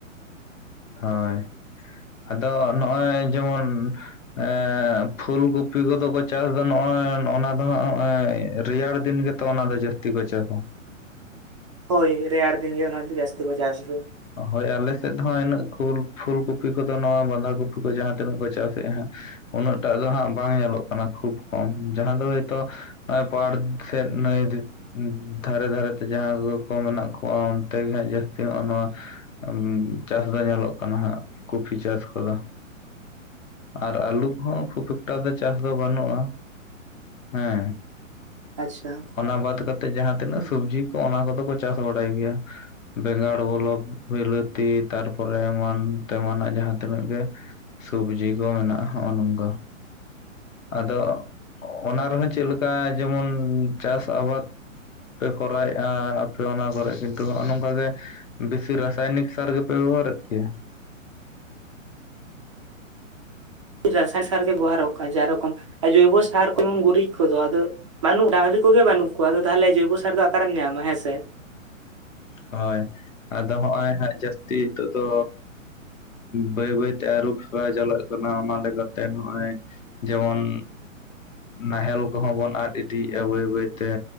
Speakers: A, on the left; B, on the right.
A: ᱦᱳᱭ ᱟᱫᱚ ᱱᱚᱜᱼᱚᱭ ᱡᱮᱢᱚᱱ ᱮᱻ ᱯᱷᱩᱞ ᱠᱩᱯᱤ ᱠᱚᱫᱚ ᱠᱚ ᱪᱟᱥ ᱫᱚ ᱱᱚᱜᱼᱚᱭ ᱚᱱᱟ ᱫᱚ ᱦᱟᱸᱜ ᱱᱚᱜᱼᱚᱭ ᱨᱮᱭᱟᱲ ᱫᱤᱱ ᱜᱮ ᱛᱚ ᱚᱱᱟ ᱫᱚ ᱡᱟᱹᱥᱛᱤ ᱠᱚ ᱪᱟᱥᱟ?
B: ᱦᱳᱭ ᱨᱮᱭᱟᱲ ᱫᱤᱱ ᱜᱮ ᱚᱱᱟ ᱫᱚ ᱡᱟᱹᱥᱛᱤ ᱠᱚ ᱪᱟᱥ ᱜᱮᱭᱟ᱾
A: ᱦᱳᱭ ᱟᱞᱮ ᱥᱮᱫ ᱫᱚ ᱦᱟᱸᱜ ᱤᱱᱟᱹᱜ ᱠᱷᱩᱞ ᱯᱷᱩᱞ ᱠᱩᱯᱤ ᱠᱚᱫᱚ ᱱᱚᱣᱟ ᱵᱟᱸᱫᱷᱟ ᱠᱩᱯᱤ ᱠᱚ ᱡᱟᱦᱟᱸ ᱛᱤᱱᱟᱹᱜ ᱠᱚ ᱪᱟᱥᱮᱫᱼᱟ ᱦᱟᱸᱜ, ᱩᱱᱟᱹᱜ ᱴᱟᱜ ᱫᱚ ᱦᱟᱸᱜ ᱵᱟᱝ ᱧᱮᱞᱚᱜ ᱠᱟᱱᱟ ᱠᱷᱩᱵ ᱠᱚᱢ ᱡᱟᱦᱟᱸ ᱫᱚ ᱦᱳᱭᱛᱚ ᱮᱸ ᱯᱟᱲ ᱥᱮᱫ ᱱᱟᱹᱭ ᱫᱷᱟᱨᱮ ᱫᱷᱟᱨᱮᱛᱮ ᱡᱟᱦᱟᱸᱭ ᱠᱚᱠᱚ ᱢᱮᱱᱟᱜ ᱠᱚᱣᱟ ᱚᱱᱛᱮ ᱜᱮ ᱦᱟᱸᱜ ᱡᱟᱹᱥᱛᱤ ᱦᱚᱸᱜᱼᱚ ᱱᱚᱣᱟ ᱩᱸᱢ ᱪᱟᱥ ᱫᱚ ᱧᱮᱞᱚᱜ ᱠᱟᱱᱟ ᱦᱟᱸᱜ ᱠᱩᱯᱷᱤ ᱪᱟᱥ ᱠᱚᱫᱚ᱾ ᱟᱨ ᱟᱹᱞᱩ ᱠᱚᱦᱚᱸ ᱠᱷᱩᱵ ᱮᱠᱴᱟ ᱫᱚ ᱪᱟᱥ ᱫᱚ ᱵᱟᱹᱱᱩᱜᱼᱟ, ᱦᱮᱸ᱾
B: ᱟᱪᱪᱷᱟ᱾
A: ᱚᱱᱟ ᱵᱟᱫ ᱠᱟᱛᱮᱜ ᱡᱟᱦᱟᱸ ᱛᱤᱱᱟᱹᱜ ᱥᱚᱵᱡᱤ ᱠᱚ ᱚᱱᱟ ᱠᱚᱫᱚ ᱠᱚ ᱪᱟᱥ ᱵᱟᱲᱟᱭ ᱜᱮᱭᱟ᱾ ᱵᱮᱸᱜᱟᱲ ᱵᱚᱞᱚ ᱵᱤᱞᱟᱹᱛᱤ ᱛᱟᱨᱯᱚᱨᱮ ᱮᱢᱟᱱ ᱛᱮᱢᱟᱱᱟᱜ ᱡᱟᱦᱟᱸ ᱛᱤᱱᱟᱹᱜ ᱜᱮ᱾ ᱥᱚᱵᱡᱤ ᱠᱚ ᱢᱮᱱᱟᱜ-ᱟ ᱦᱚᱜ-ᱚ ᱱᱚᱝᱠᱟ᱾ ᱟᱫᱚ ᱚᱱᱟ ᱨᱮᱦᱚᱸ ᱪᱮᱫᱞᱮᱠᱟ ᱡᱮᱢᱚᱱ ᱪᱟᱥ ᱟᱵᱟᱫᱽ ᱯᱮ ᱠᱚᱨᱟᱣᱮᱫ-ᱟ ᱟᱯᱮ ᱚᱱᱟ ᱠᱚᱨᱮ ᱜᱮ ᱾ ᱛᱚ ᱦᱚᱸᱜ ᱱᱚᱝᱠᱟ ᱜᱮ ᱵᱮᱥᱤ ᱨᱟᱥᱟᱭᱱᱤᱠ ᱥᱟᱨ ᱜᱮᱯᱮ ᱵᱮᱵᱚᱦᱟᱨᱮᱫ ᱜᱮᱭᱟ?
B: ᱨᱟᱥᱟᱭᱚᱱᱤᱠ ᱥᱟᱨ ᱜᱮ ᱵᱮᱵᱚᱦᱟᱨᱚᱜ ᱠᱟᱱᱟ ᱡᱟ ᱨᱚᱠᱚᱢ ᱟᱨ ᱡᱚᱭᱵᱚ ᱥᱟᱨ ᱡᱮᱢᱚᱱ ᱜᱩᱨᱤᱡ ᱠᱚᱫᱚ ᱟᱫᱚ ᱵᱟᱹᱱᱩᱜ ᱰᱟᱝᱨᱤ ᱠᱚᱜᱮ ᱵᱟᱹᱱᱩᱜ ᱠᱚᱣᱟ ᱟᱫᱚ ᱛᱟᱦᱚᱞᱮ ᱡᱳᱭᱵᱚ ᱥᱟᱨ ᱫᱚ ᱚᱠᱟᱨᱮᱢ ᱧᱟᱢᱟ ᱦᱮᱸᱥᱮ᱾
A: ᱦᱳᱭ ᱟᱫᱚ ᱦᱚᱜᱼᱚᱭ ᱦᱟᱸᱜ ᱡᱟᱹᱥᱛᱤ ᱱᱤᱛᱚᱜ ᱫᱚ ᱵᱟᱹᱭ ᱵᱟᱹᱭᱛᱮ ᱟᱹᱨᱩ ᱯᱷᱮᱨᱟᱣ ᱪᱟᱞᱟᱜ ᱠᱟᱱᱟ ᱚᱱᱟ ᱞᱮᱠᱟᱛᱮ ᱱᱚᱜ-ᱚᱭ ᱡᱮᱢᱚᱱ ᱱᱟᱦᱮᱞ ᱠᱚᱦᱚᱸ ᱵᱚᱱ ᱟᱫ ᱤᱫᱤᱭᱮᱫ-ᱟ ᱵᱟᱹᱭ ᱵᱟᱹᱭᱛᱮ᱾